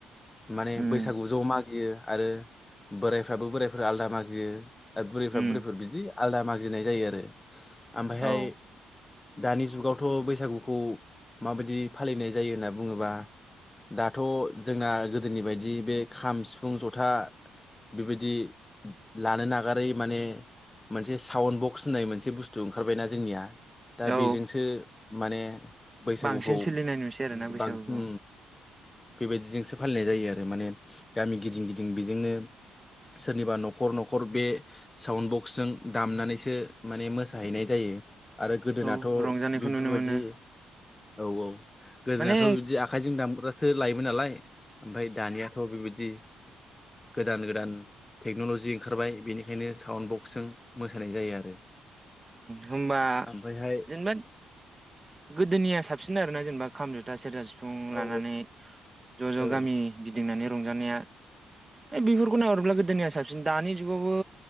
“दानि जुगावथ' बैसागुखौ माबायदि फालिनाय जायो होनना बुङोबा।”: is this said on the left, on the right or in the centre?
Left